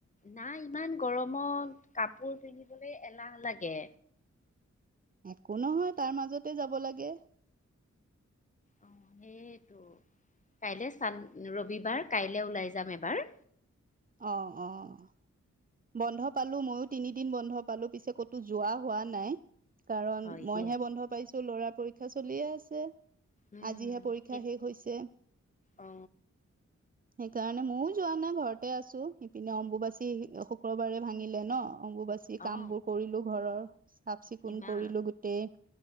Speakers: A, on the left (about 25°); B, on the right (about 30°).
A: নাই ইমান গৰমত কাপ কাপোৰ পিন্ধিবলৈ এলাহ লাগে
B: একো নহয় তাৰ মাজতে যাব লাগে
A: অ সেইটো। কাইলে চান ৰবিবাৰ কাইলে ওলাই যাম এবাৰ
B: অহ অহ বন্ধ পালো ময়ো তিনিদিন বন্ধ পালো পিছে ক'তো যোৱা হোৱা নাই কাৰণ
A: হয়
B: মইহে
A: দিয়া।
B: বন্ধ পাইছো ল'ৰাৰ পৰীক্ষা চলিয়ে আছে।
A: উম
B: আজিহে পৰীক্ষা
A: সেই
B: শেষ হৈছে।
A: অ
B: সেইকাৰণে ময়ো যোৱা নাই ঘৰতে আছো ইপিনে অম্বুবাচী শুক্ৰবাৰে ভাঙিলে ন অম্বুবাচী বাচি
A: অ
B: কাম বোৰ কৰিলো ঘৰৰ চাফ চিকুণ
A: ইমান
B: কৰিলো গোটেই